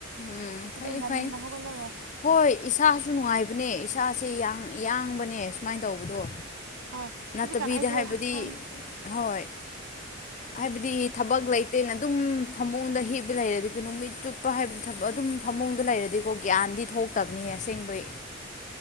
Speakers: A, on the left; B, on the right.
A: ꯎꯝ
B: ꯑꯗꯨ
A: ꯐꯩ
B: ꯉꯟꯅ
A: ꯐꯩ
B: ꯍꯧꯒꯠꯂꯒ
A: ꯍꯣꯏ ꯏꯁꯥꯁꯨ ꯅꯨꯡꯉꯥꯏ ꯕꯅꯦ ꯏꯁꯥꯁꯦ ꯌꯥꯡ ꯌꯥꯡꯕꯅꯦ ꯁꯨꯃꯥꯏꯅ ꯇꯧꯕꯗꯣ
B: ꯑꯥꯏ
A: ꯅꯠꯇꯕꯤꯗ
B: ꯍꯧꯖꯤꯛꯀꯥꯟ ꯑꯩꯁꯦ
A: ꯍꯥꯏꯕꯗꯤ
B: ꯍꯛꯁꯥꯡ
A: ꯍꯣꯏ ꯍꯥꯏꯕꯗꯤ ꯊꯕꯛ ꯂꯩꯇꯦꯅ ꯑꯗꯨꯝ ꯐꯃꯨꯡꯗ ꯍꯤꯕ ꯂꯩꯔꯗꯤ <unintelligible> ꯅꯨꯃꯤꯠ ꯆꯨꯞꯄ ꯍꯥꯏꯕ ꯊꯕꯛ ꯑꯗꯨꯝ ꯐꯃꯨꯡꯗ ꯂꯩꯔꯗꯤꯀꯣ ꯒ꯭ꯌꯥꯟꯗꯤ ꯊꯣꯛꯇꯕꯅꯤꯍꯦ ꯑꯁꯦꯡꯕꯩ